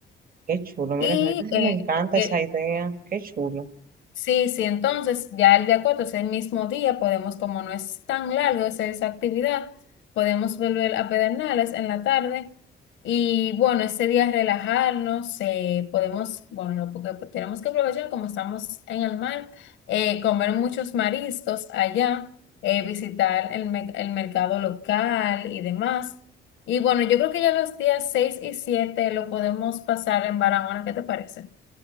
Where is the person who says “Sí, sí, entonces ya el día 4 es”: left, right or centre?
Left